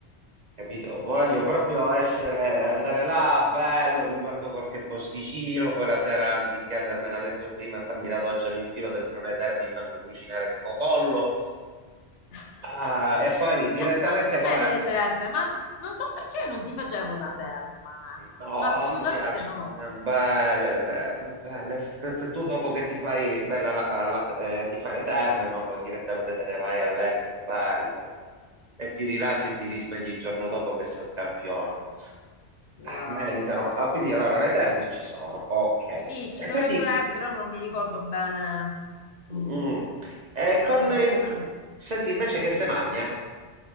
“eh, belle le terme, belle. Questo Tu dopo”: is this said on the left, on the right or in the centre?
Right